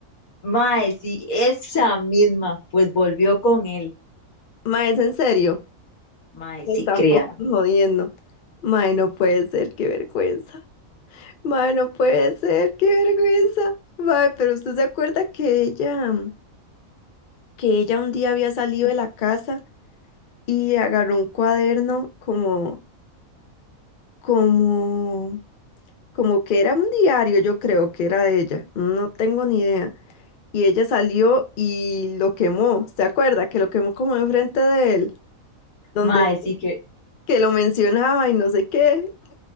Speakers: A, on the left; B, on the left.
A: mae, sí, esa misma, pues volvió con él.
B: Ma, es en serio.
A: Mae,
B: Me
A: sí,
B: están
A: créalo.
B: fo- jodiendo. Ma, no puede ser, qué vergüenza. Ma, no puede ser, qué vergüenza. Ma, pero usted se acuerda que ella, que ella un día había salido de la casa y agarró un cuaderno como, como como que era un diario, yo creo que era de ella, no tengo ni idea. Y ella salió y lo quemó, ¿se acuerda? Que lo quemó como enfrente de él, donde
A: Mae, sí, que
B: que lo mencionaba y no sé qué.